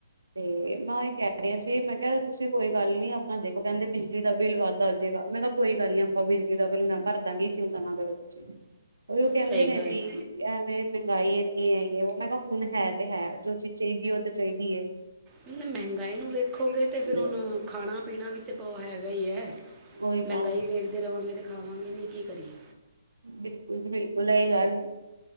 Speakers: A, on the right; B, on the right.
A: ਤੇ ਮੈਂ ਉਹ ਹੀ ਕਹਿ ਰਿਹਾ ਸੀ ਮੈਂ ਕਿਹਾ ਤੁਸੀਂ ਕੋਈ ਗੱਲ ਨੀ ਆਪਣਾ ਦੇਖੋ ਕਹਿੰਦੇ ਬਿਜ ਬਿਜਲੀ ਦਾ ਬਿੱਲ ਵੱਧ ਆ ਜੇਗਾ। ਮੈਂ ਕਿਹਾ ਕੋਈ ਗੱਲ ਨੀ ਆਪਾਂ ਬਿਜਲੀ ਦਾ ਬਿੱਲ ਮੈਂ ਭਰ ਦਾਂਗੀ, ਚਿੰਤਾ ਨਾ ਕਰੋ ਤੁਸੀਂ। ਉਹ ਵੀ ਉਹ ਕਹਿੰਦੇ
B: ਸਹੀ
A: ਨੇ
B: ਗੱਲ
A: ਵੀ ਐਵੇਂ ਮਹਿੰਗਾਈ ਐੰਨੀ ਹੈਗੀ ਐ, ਉਹ ਮੈਂ ਕਿਹਾ ਹੁਣ ਹੈ ਤੇ ਹੈ, ਜੋ ਚੀਜ਼ ਚਾਹੀਦੀ ਉਹ ਤਾਂ ਚਾਹੀਦੀ ਐ।
B: ਹੁਣ ਮਹਿੰਗਾਈ ਨੂੰ ਵੇਖੋਗੇ ਤੇ ਫਿਰ ਹੁਣ
A: ਹੋ
B: ਖਾਣਾ ਪੀਣਾ ਵੀ ਤੇ ਬਹੁ ਹੈਗਾ ਹੀ ਹੈ।
A: ਉਹੀ
B: ਮਹਿੰਗਾਈ
A: ਤਾਂ
B: ਵੇਖ ਵੇਖਦੇ ਰਵਾਂਗੇ ਤਾਂ ਖਾਵਾਂਗੇ ਨਹੀਂ! ਕੀ ਕਰੀਏ?
A: ਬਿਲਕੁਲ ਜੀ ਬਿਲਕੁਲ ਐ ਹੀ ਗੱਲ।